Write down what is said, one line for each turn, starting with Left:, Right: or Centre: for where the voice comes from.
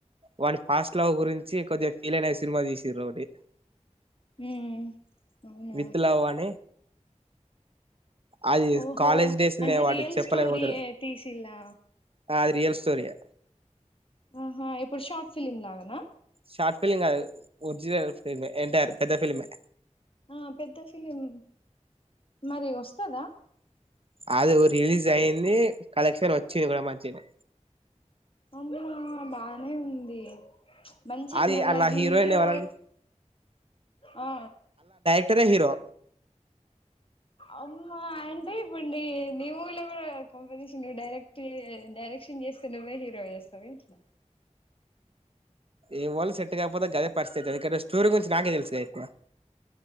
Right: వాల్ ఫాస్ట్ లవ్ గురించి కొద్దిగా ఫీల్ అయిన సినిమా తీసిరు ఒకటి
Left: ఉమ్ అవునా
Right: విత్ లవ్ అని అది
Left: ఓహో
Right: కాలేజ్ డేస్లనే
Left: అంటే
Right: వాడు
Left: రియల్
Right: చెప్పలేక
Left: స్టోరీ
Right: పోతడు
Left: ఏ తీసిల్లా
Right: ఆ అది రియల్ స్టోరియే
Left: ఆహా ఇప్పుడు షార్ట్ ఫిలిమ్ లాగనా
Right: షార్ట్ ఫిల్లిం కాదు ఒరిజినల్ ఫిల్మ్ ఎంటియర్ పెద్ద ఫిల్మే
Left: ఆ పెద్ద ఫిలిం మరి వస్తదా
Right: అది రిలీజ్ అయింది కలెక్షన్ వచ్చింది కూడా మంచిగనే
Left: అమ్మా బానే ఉంది మంచి
Right: అది
Left: మళ్ళ
Right: అలా
Left: హీరో
Right: హీరోయిన్ ఎవరంటే
Left: ఆ
Right: ఒక్కరే హరో
Left: అమ్మ అంటే ఇప్పుడ్ ని నీ మూవీలో గూడా కొంపదీసి నువె డైరెక్ట్ డైరెక్షన్ జేస్తే నువ్వే హీరో చేస్తావ ఏట్ల
Right: ఇవల్ సెట్ కాకపోతే గదే పరిస్థితి ఎందుకంటే స్టోరీ గురించి నాకే తెలుసులె ఎక్కువ